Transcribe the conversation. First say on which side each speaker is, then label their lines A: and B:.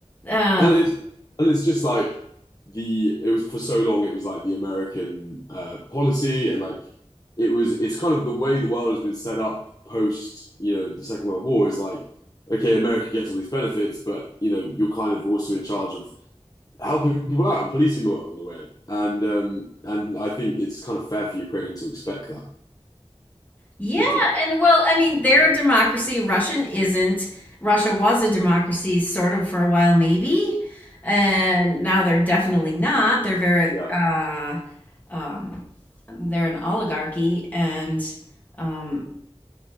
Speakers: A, on the left (about 15°); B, on the left (about 35°).
A: Um,
B: And it's and it's just like the it was for so long it was like the American uh policy and like it was it's kind of the way the world has been set up post, you know, the Second World War is like, okay, America gets all these benefits, but you know, you're kind of also in charge of helping people out and policing the world in a way. And um, and I think it's kind of fair for Ukraine to expect that
A: yeah,
B: to like
A: and well, I mean, they're a democracy. Russian isn't. Russia was a democracy sort of for a while, maybe. And now they're definitely not. They're very
B: yeah
A: uh um they're an oligarchy and um